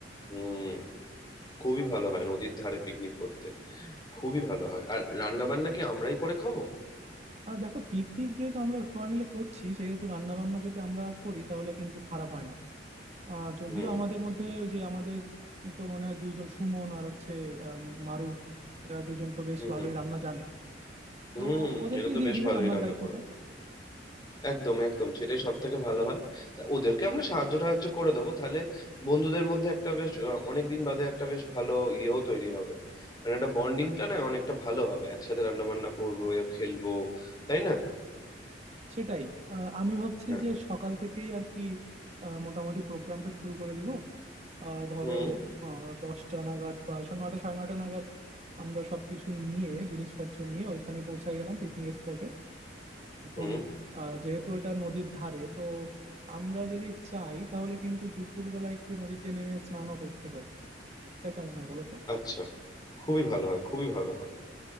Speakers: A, on the left; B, on the right.
A: হুম খুবই ভালো হয় নদীর ধারে পিকনিক করতে খুবই ভালো হয় আর রান্না বান্না কি আমরাই করে খাবো
B: আর দেখো পিকনিক যেহেতু আমরা সবাই মিলে করছি সেহেতু রান্না বান্না যদি আমরা করি তাহলে কিন্তু খারাপ হয় না আহ যদিও
A: হুম
B: আমাদের মধ্যে ওই যে আমাদের তো মনে হয় দুইজন সুমন আর হচ্ছে আহ, মারুফ এরা দুইজন তো বেশ
A: হুম
B: ভালোই
A: হুম
B: রান্না জানে
A: হুম
B: তো ওদেরকেই
A: এরা তো
B: দিয়ে
A: বেশ
B: দিব
A: ভালোই
B: রান্নার
A: রান্না
B: দায়িত্বটা
A: করে একদম একদম সেটাই সব থেকে ভালো হয় তা ওদেরকে আমরা সাহায্য টাহায্য করে দেবো তাহলে বন্ধুদের মধ্যে একটা বেশ অনেক দিন বাদে একটা বেশ ভালো ইয়েও তৈরি হবে মানে একটা বন্ডিংটা না অনেকটা ভালো হবে একসাথে রান্না বান্না করবো এ খেলবো তাই না
B: সেটাই আহ, আমি ভাবছি
A: হ্যাঁ
B: যে সকাল থেকেই আর কি আহ, মোটামুটি প্রোগ্রামটা শুরু করে দিব আহ, ধরো
A: হুম
B: আহ, দশটা নাগাদ বা সা- নয়টা সাড়ে নয়টা নাগাদ আমরা সবকিছু নিয়ে জিনিসপত্র নিয়ে ওইখানে পৌঁছায় গেলাম পিকনিক স্পটে এখন
A: হুম
B: আহ, যেহেতু এটা নদীর ধারে তো আমরা যদি চাই তাহলে কিন্তু দুপুরবেলা একটু নদীতে নেমে স্নানও করতে পারি এটা কেমন হয় বলো তো
A: আচ্ছা খুবই ভালো হয় খুবই ভালো হয়